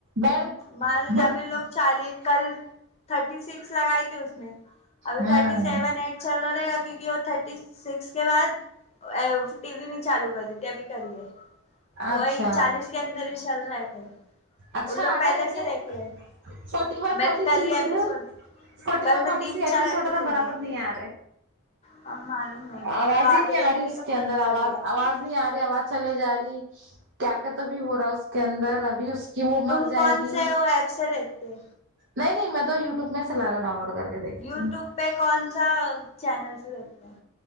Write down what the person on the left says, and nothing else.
معلوم نہیں
ابھی لوگ چالی کل تھرٹی سکس لگائی تھی اس نے ابھی
تھرٹی سیون ایٹ چل رہا رہے گا کیونکہ وہ تھرٹی سکس کے بعد ا ٹی وی نہیں چالو کری تو بھی کری ہے تو
وہی چالیس کے اندر ہی چل رہا ہے کل
ان لوگ پہلے
سے دیکھ رہے
میں
کل
ہی ایپیسوڈ
کل
میں
تین
چار
ایپیسوڈ
دیکھے
اب معلوم نہیں ہوں
اب وہ آگے
دیکھے
گی تو معلوم
پڑے گا
تم
کون
سے وہ ایپ سے دیکھتے
یوٹیوب
پہ کون سا چینل سے دیکھتے ہیں